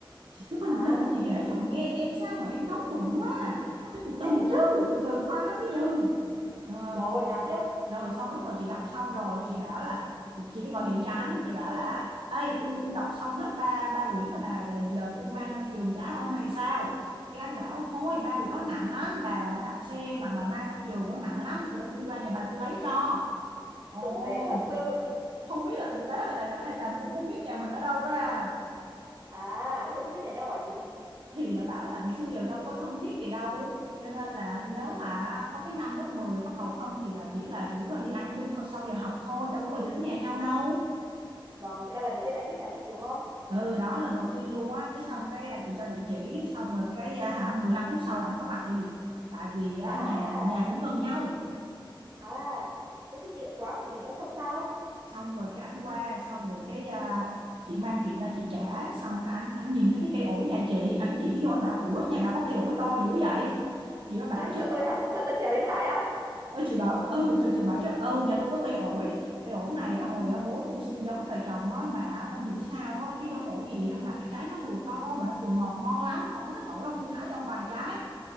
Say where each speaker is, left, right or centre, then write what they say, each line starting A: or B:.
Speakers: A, on the right; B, on the right.
A: chị cứ bình
B: à
A: tĩnh chị kể cho mà nghe em sao mà em nóng nổi quá nó phải từ từ
B: <laughs>
A: chứ từ từ khoai nó mới dừ Ờ,
B: rồi nào tiếp
A: rồi xong lúc mà chị đọc xong rồi chị bảo là chị mới gọi điện cho anh chị bảo là ê tôi tôi đọc xong hết ba ba quyển rồi nè giờ tôi mang lên trường trả ông hay sao cái anh bảo thôi ba quyển nó nặng lắm bà đạp xe mà bà mang lên trường nó nặng lắm rồi để tôi qua nhà bà tôi lấy cho ồ
B: tử tế thật sự
A: không biết là tử tế hay là hay là muốn muốn biết nhà mình ở đâu ra
B: à lúc này chưa biết nhà nhau hả chị
A: thì bảo là ngày xưa giờ đâu có thân thiết gì đâu cho nên là nếu
B: ừ.
A: mà có cái năm lớp 10 bắt đầu thân thì là chỉ là chủ yếu là đi ăn chung sau giờ học thôi đâu có bao giờ đến nhà nhau đâu
B: vâng thế là lần đầu tiên anh biết nhà chị đúng không
A: ừ đó lần đầu tiên luôn á cái xong cái à, chị cho địa chỉ xong rồi cái à, hả 15 phút sau là anh có mặt liền tại vì á,
B: à
A: nhà nhà cũng gần nhau
B: à thế thì tiện quá còn gì nữa xong sao
A: xong rồi cái anh qua xong rồi cái à, chị mang chuyện ra chị trả xong cái anh anh nhìn thấy cái cây ổi nhà chị anh chỉ vô anh bảo ủa nhà bà có cây ổi to dữ vậy
B: <laughs>
A: chị mới bảo
B: À,
A: chứ
B: cho tôi hạ cho tôi trèo lên hải á
A: Ơ, chị bảo ừ cho chị bảo chứ ừ nhà tôi có cây ổi cây ổi này á, hồi á, bố tôi xin giống về trồng á, mà không hiểu sao á, cái giống ổi gì á, mà cái trái nó vừa to mà nó vừa ngọt ngon lắm ông có thích ổi không tôi hái cho ông vài trái